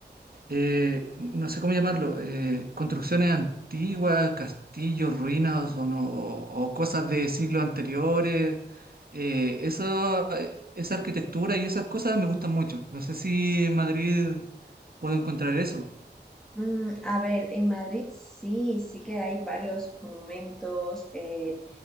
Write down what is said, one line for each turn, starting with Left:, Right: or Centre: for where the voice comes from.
Right: eh, no sé cómo llamarlo, eh, construcciones antiguas, castillos, ruinas o, no- o- o cosas de siglos anteriores. Eh, eso, eh, esa arquitectura y esas cosas me gustan mucho. No sé si en Madrid puedo encontrar eso.
Centre: Mm, a ver, en Madrid sí, sí que hay varios monumentos eh,